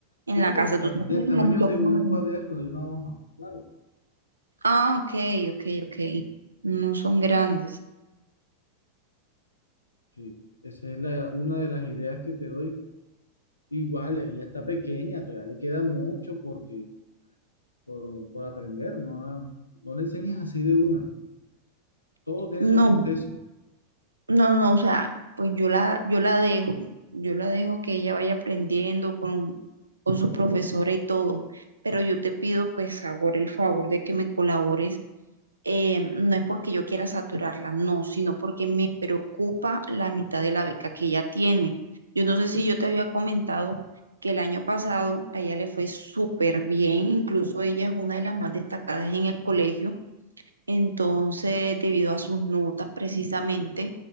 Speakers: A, on the left (about 80°); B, on the right (about 80°).
A: Sí,
B: en la
A: del,
B: casa.
A: ta-
B: Tú sabes
A: del
B: <laughs>
A: tamaño
B: que hay muchos
A: de
B: colores.
A: un cuaderno, de una hoja, claro.
B: Ah, ok, ok, ok. No son grandes.
A: Sí, esa es la, una de las ideas que te doy. Igual, ella está pequeña, todavía le queda mucho porque, por, por aprender, no, no le enseñas así de una. Todo tiene
B: No.
A: su proceso.
B: No, no, o sea, pues yo la, yo la dejo, yo la dejo que ella vaya aprendiendo con, con su profesora y todo, pero yo te pido pues ahora el favor de que me colabores, eh, no es porque yo quiera saturarla, no, sino porque me preocupa la mitad de la beca que ella tiene. Yo no sé si yo te había comentado que el año pasado a ella le fue súper bien, incluso ella es una de las más destacadas en el colegio entonces, debido a sus notas precisamente